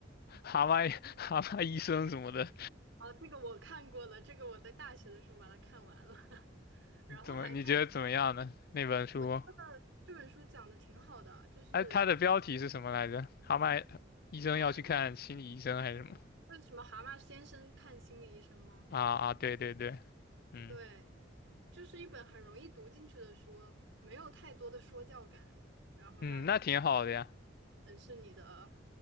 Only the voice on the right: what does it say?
啊，这个我看过了，这个我在大学的时候把它看完了，<laughs> 然后还看什么？
我觉得这本书讲的挺好的，就是
嗯，对，为什么蛤蟆先生看心理医生吗？
对，就是一本很容易读进去的书，没有太多的说教感，然后让你去
审视你的，